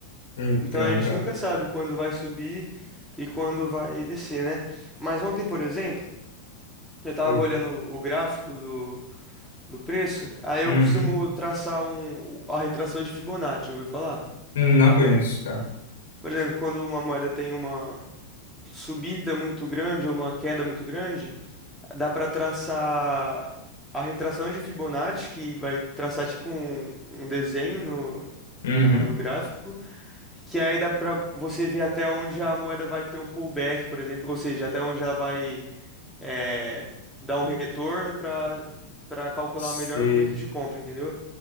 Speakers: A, on the left; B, in the centre.
A: Então,
B: Então a gente
A: cara.
B: nunca sabe quando vai subir e quando vai descer, né? Mas ontem, por exemplo, eu tava
A: eu-
B: olhando o gráfico do, do preço, aí eu
A: Uhum.
B: costumo traçar um, a retração de Fibonacci, ouviu falar?
A: Não conheço, cara.
B: Por exemplo, quando uma moeda tem uma subida muito grande ou uma queda muito grande, dá para traçar a retração de Fibonacci, que vai traçar tipo um, um desenho no,
A: Uhum.
B: no no gráfico. Que aí dá pra você ver até onde a moeda vai ter um pullback, por exemplo, ou seja, até onde ela vai eh, dar um retorno para para calcular
A: Sei.
B: o melhor momento de compra, entendeu?